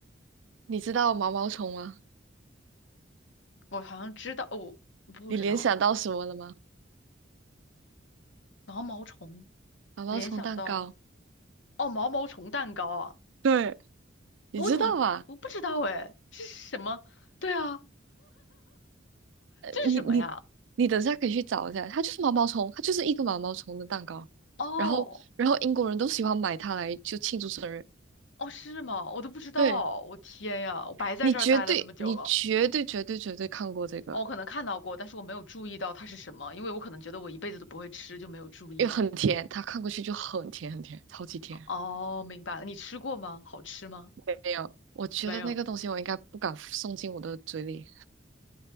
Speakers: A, on the right; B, on the left.
A: 你知道毛毛虫吗？
B: 我好像知道，哦，不知道
A: 你联想到什么了吗？
B: 毛毛虫，
A: 毛毛虫蛋糕，
B: 联想到哦毛毛虫蛋糕啊，
A: 对，你知道吧？
B: 我怎么我不知道哎，这是什么？对啊，这是什么呀？
A: 你你你等下可以去找一下，它就是毛毛虫，它就是一个毛毛虫的蛋糕。
B: 哦
A: 然后然后英国人都喜欢买它来就庆祝生日。
B: 哦是吗？我都不知道，
A: 对，
B: 我天呀，我白在这儿待了这么久了。
A: 你绝对你绝对绝对绝对看过这个，
B: 哦我可能看到过，但是我没有注意到它是什么，因为我可能觉得我一辈子都不会吃，就没有注意。
A: 又很甜，它看过去就很甜很甜，超级甜。
B: 哦，明白了，你吃过吗？好吃吗？
A: 没有，我觉得那个东西我应该不敢送进我的嘴里。
B: 没有。